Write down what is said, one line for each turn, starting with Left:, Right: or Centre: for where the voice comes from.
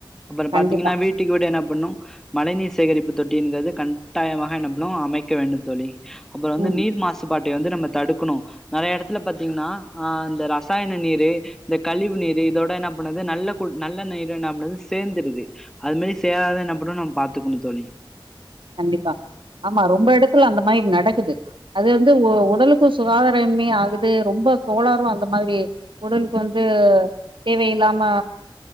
Centre: அப்பறோ பாத்தீங்கன்னா
Right: கண்டிப்பா
Centre: வீட் டுக்கு வீடு என்னா பண்ணு மழை நீீர் சேகரிப்பு தொட்டீன்றது கட்டாயமாக என்னப்பனூ அமைக்க வேண்டுந் தோழி அப்புறோ வந்து
Right: ம்
Centre: நீர் மாசுபாட்டை வந்து நம்ம தடுக்ணு நறைய எடத்துல பாத்தீங்ன்னா அ இந்த ரசாயன நீரு இந்த கழிவு நீரு இதோட என்ன பண்ணுது நல்ல குட் நல்ல நீரு என்ன பண்ணுது சேர்ந்துருது அது மேரி சேராத என்ன பண்ணு நம் பாத்துக்குணு தோழி
Right: கண்டிப்பா ஆமா ரொம்ப எடத்துல அந்த மாரி நடக்குது அது வந்து உ உடலுக்கு சுகாதாரமே ஆகுது ரொம்ப கோளாரூ அந்த மாதிரி உடலுக்கு வந்து தேவையில்லாம